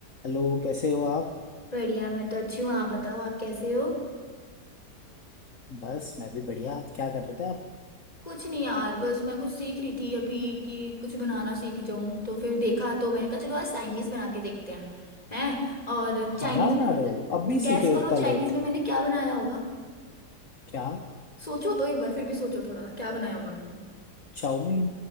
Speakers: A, on the left; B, on the left.
A: हेलो कैसे हो आप
B: बढ़िया मैं तो अच्छी हूँ आप बताओ आप कैसे हो
A: बस मैं भी बढ़िया क्या कर रहे थे आप
B: कुछ नहीं यार बस मैं कुछ सीख रही थी अभी कि कुछ बनाना सीख जाऊं तो फिर देखा तो मैंने कहा चलो आज चाइनीज बना के देखते हैं हैं और चाइनीज
A: खाना बना
B: में
A: रहे
B: पता
A: हो
B: है,
A: अब भी
B: गैस
A: सीख रहे
B: करो
A: हो इतना
B: चाइनीज
A: लेट
B: में मैंने क्या बनाया होगा
A: क्या
B: सोचो तो एक बार फिर भी सोचो थोड़ा क्या बनाया होगा मैंने
A: चाउमीन